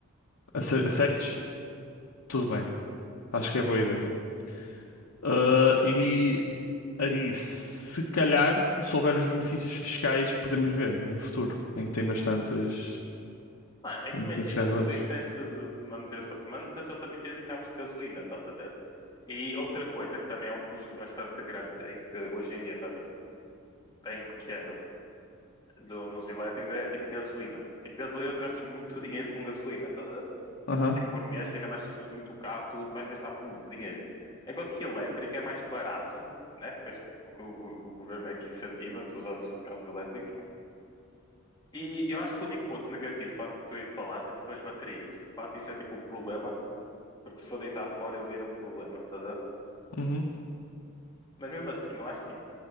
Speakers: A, on the left; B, on the left.
A: acer- acertes, tudo bem. Acho que é boa ideia. Ah, e aí, se calhar, se houver os benefícios fiscais, podemos ver um futuro em que tem bastantes,
B: mano, é que
A: tem
B: imagina,
A: bastantes gasolinas.
B: tu disseste de, de manutenção. De manutenção também tens em carros de gasolina, estás a ver? E outra coisa que também é um custo bastante grande, em que hoje em dia está tipo, bem pequeno do- nos elétricos, é, tipo gasolina. Tipo, gasolina, tu gastas muito dinheiro com gasolina, tá?
A: Aham,
B: Tipo, por mês, ainda mais se usas muito o carro, tu vais gastar muito dinheiro. Enquanto que elétrico é mais barato, né? Porque, as- porque o, o governo é que incentiva, tu usas carros elétricos. E eu acho que o único ponto negativo, de facto, que tu aí falaste, é tipo as baterias. De facto, isso é tipo um problema, porque se for deitar fora, vira um problema, tá a ver?
A: uhum,
B: Mas mesmo assim, eu acho que tipo,